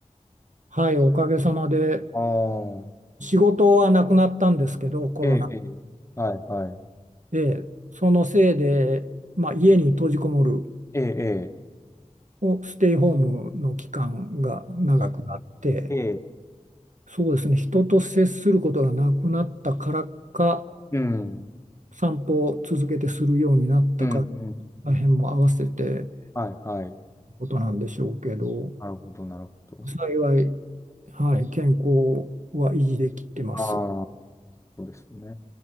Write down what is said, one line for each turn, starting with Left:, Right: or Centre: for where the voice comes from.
Right: はい、おかげさまで
Left: ああ、
Right: 仕事はなくなったんですけど、コロナ
Left: ええ、ええはい、はい。
Right: で、そのせいで、まあ、家に閉じこもる
Left: ええ、
Right: おステイホームの期間が長くなって、
Left: ええ、ええ
Right: そうですね、人と接することがなくなったからか
Left: うん、
Right: 散歩を続けてするようになったから、
Left: うん、うん。
Right: 大変も合わせて
Left: はい、はい。
Right: ことなんでしょうけど、
Left: なるほど、なるほど。
Right: 幸い、はい、健康は維持できてます。
Left: ああ、そうですね。